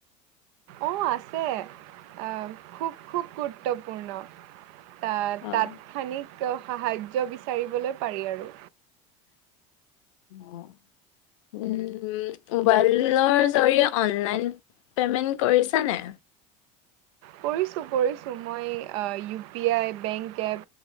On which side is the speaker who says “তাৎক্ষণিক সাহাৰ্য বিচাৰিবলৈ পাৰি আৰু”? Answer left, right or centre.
Right